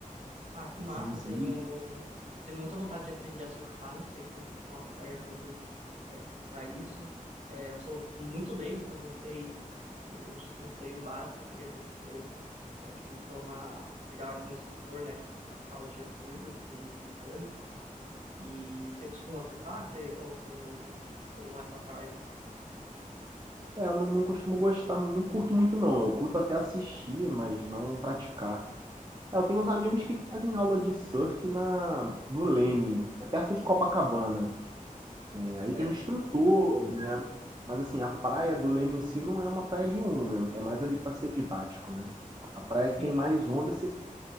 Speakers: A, on the right; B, on the right.
A: Ah, que
B: Assim,
A: massa,
B: assim,
A: eu tenho, tenho muita vontade de aprender a surfar, não sei como que são as praias do Rio, é tipo, para isso. É, eu sou muito leigo, então não sei, não, não sei o básico, eu teria que, tipo, é, tipo ir para uma, pegar algum instrutor, né, tipo, para passar o dia comigo, e ele me explicando. E você costuma surfar, você, ou você não, tipo, não é sua praia?
B: É, eu não, não costumo gostar, não curto muito não. Eu curto até assistir, mas não praticar. É, eu tenho uns amigos que fazem aula de surf na no Leme, é perto de Copacabana. É, aí
A: Certo.
B: tem instrutor, né, mas assim, a praia do Leme em si não é uma praia de onda, é mais ali para ser didático, né. A praia que
A: Uhum,
B: tem mais onda se